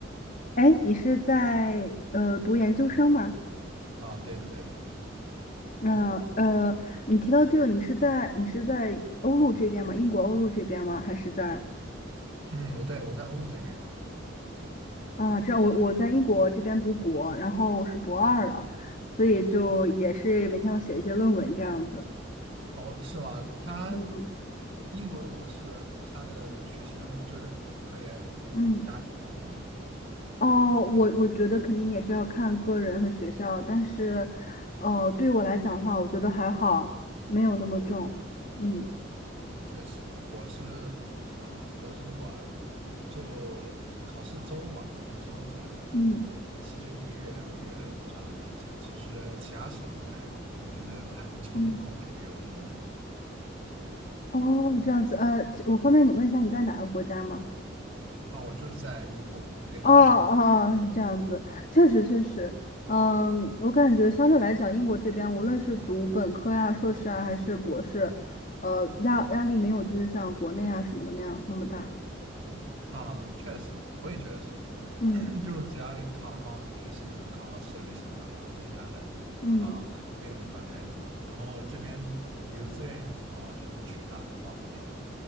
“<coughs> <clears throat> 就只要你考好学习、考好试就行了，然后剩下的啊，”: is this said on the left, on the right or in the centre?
Right